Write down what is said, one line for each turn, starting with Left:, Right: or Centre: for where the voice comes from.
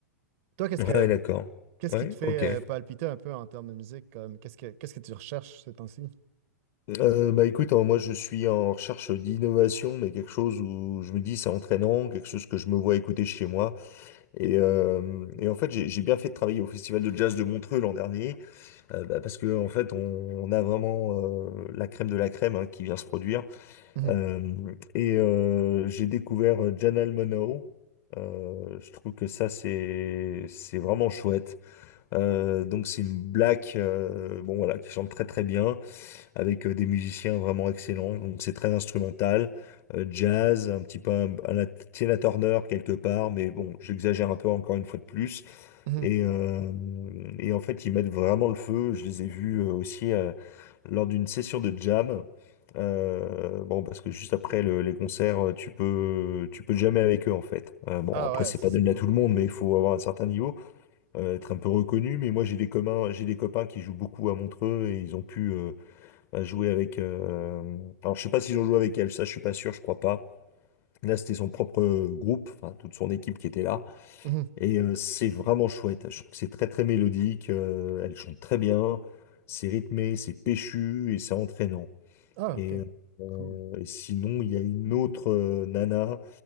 Right: Toi, qu'est-ce
Left: Ouais,
Right: que,
Left: d'accord.
Right: Qu'est-ce
Left: Ouais,
Right: qui te fait
Left: ok.
Right: euh, palpiter un peu en termes de musique? Comme, qu'est-ce que, qu'est-ce que tu recherches ces temps-ci?
Left: Euh, bah écoute, hein, moi je suis en recherche d'innovation, mais quelque chose où je me dis c'est entraînant, quelque chose que je me vois écouter chez moi. Et, euh, et en fait, j'ai j'ai bien fait de travailler au Festival de jazz de Montreux l'an dernier, euh, bah, parce que en fait, on, on a vraiment euh, la crème de la crème hein, qui vient se produire.
Right: Mhm,
Left: Euh, et euh, j'ai découvert euh, Janelle Monáe. Euh, je trouve que ça, c'est, c'est vraiment chouette. Euh, donc c'est une black, euh, bon voilà, qui chante très très bien, avec euh, des musiciens vraiment excellents. Donc c'est très instrumental, euh, jazz, un petit peu un, un la- Tina Turner quelque part, mais bon, j'exagère un peu encore une fois de plus.
Right: mhm.
Left: Et, euh, et en fait, ils mettent vraiment le feu. Je les ai vus euh, aussi euh, lors d'une session de jam. Euh, bon, parce que juste après le- les concerts, euh, tu peux, tu peux jammer avec eux en fait. Euh, bon,
Right: Ah
Left: après
Right: ouais,
Left: c'est
Right: ça
Left: pas
Right: c'est
Left: donné
Right: cool.
Left: à tout le monde, mais il faut avoir un certain niveau euh, être un peu reconnu, mais moi j'ai des communs, j'ai des copains qui jouent beaucoup à Montreux et ils ont pu euh, bah, jouer avec. euh, alors je sais pas s'ils ont joué avec elle, ça je suis pas sûr, je crois pas. Là c'était son propre euh, groupe, enfin toute son équipe qui était là
Right: Mhm.
Left: et euh, c'est vraiment chouette. Je trouve que c'est très très mélodique, euh, elle chante très bien, c'est rythmé, c'est péchu et c'est entraînant.
Right: Ah,
Left: Et,
Right: ok.
Left: euh,
Right: Cool.
Left: et sinon il y a une autre euh, nana